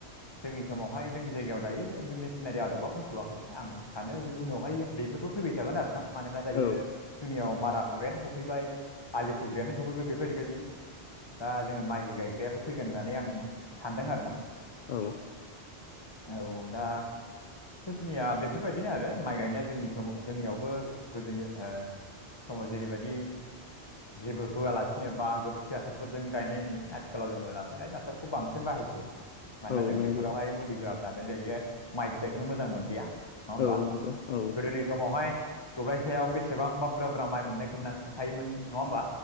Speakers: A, on the left; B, on the left.
A: जोंनि समावहाय जोंनि जायगायाव दायो बे मेसिनारि आदबा फैथ'वाखै आं सानो उनावहाय जों बेफोरखौ फैबाय थागोन आरो ना मानोना जायो
B: औ
A: जोंनियाव मारा होग्रायानो सफैबाय आलिखौ खोग्रायानो सफैबाय बेफोरबायदि बायदि दा जोंना माइ गायग्रायाबो फैगोन होननानै आं सानदों आरो ना
B: औ
A: औ दा थ' जोंनिया बेफोरबायदिनो आरो माइ गायनाया जोंनि समाव जोंनियावबो गोदोनि ओ समाव जेरै बेबायदि जेबो होआलासिनो बा गोबोरखि हसारफोरजों गायनाय नुयोमोन आथिखालाव जोङो रासायारि हसारखौ बांसिन बाहायसै मानोना
B: औ
A: जों
B: नंगौ
A: बेफोरावहाय मुलि होआ माने दायो माइ फिथाइखौनो मोजां मोनलिया नङा होमबा
B: औ नंगौ औ
A: गोदोनि समावहाय दब्लायसेयाव बेसे सेबांबा बुरजा बुरजा माइ मोननाय खोन्थायोम नङा होमबा